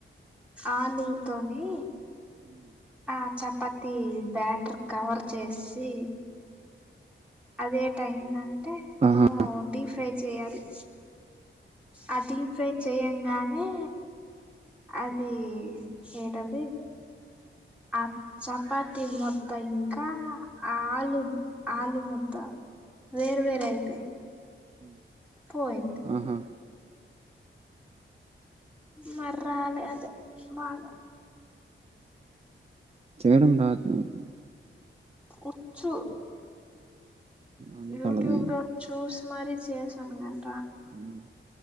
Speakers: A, in the centre; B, on the right.
A: ఆలూల్తోని ఆ చపాతి బ్యాటర్ కవర్ చేసీ అదేటైందంటే
B: ఆహా
A: నువ్ డీ ఫ్రై చేయాలి ఆ డీ ఫ్రై చెయ్యంగానే అదీ ఏటది ఆ చపాతి ముద్ద ఇంకా ఆలు ఆలు ముద్ద వేరు వేర్ ఐతయ్ పోయింది
B: ఆహా
A: మర్రాలె అదె బాగా
B: చేయడం రాదు నీకు
A: ఉచ్చు
B: అందుకే
A: యూటూబ్లో
B: అలదైంది
A: చూస్ మరి చేసాన్ గన్
B: హ్మ్